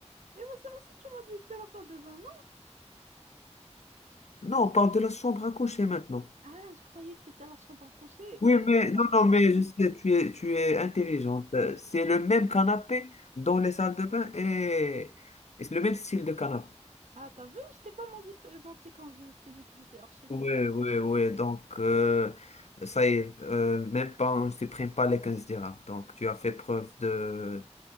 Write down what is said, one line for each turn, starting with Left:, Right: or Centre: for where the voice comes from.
Right: Et moi, ça aussi, tu m'as dit, c'est la salle de bain, non?
Left: Non, on parle de la chambre à coucher maintenant.
Right: Ah, je croyais que c'était la chambre à coucher,
Left: Oui,
Right: euh,
Left: mais
Right: la
Left: non,
Right: salle de
Left: non,
Right: bain.
Left: mais je sais, tu es, tu es intelligente. Euh, C'est le même canapé dans les salles de bain et, et c'est le même style de canapé.
Right: Ah, t'as vu, je t'ai pas menti, que- menti quand je, je t'ai dit que je suis architecte.
Left: Oui, oui, oui. Donc, euh, ça y est, euh, même pas, on ne supprime pas les 15 dirhams. Donc, tu as fait preuve de